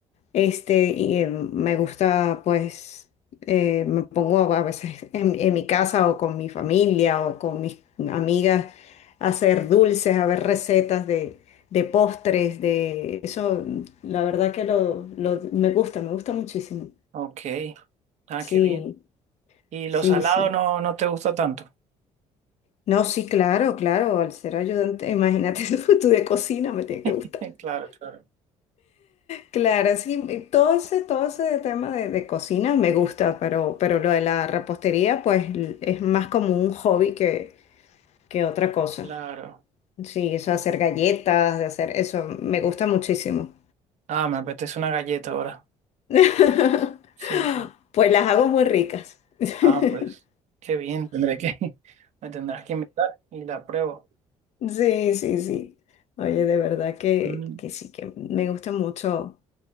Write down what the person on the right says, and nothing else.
Ok. Ah,
qué bien. ¿Y lo
salado
no, no te gusta tanto?
<laughs> Claro, claro,
claro.
Ah, me apetece una galleta ahora.
Sí, sí.
Ah, pues, qué bien. Tendré que, <laughs> me tendrás que invitar y la pruebo.
Mm,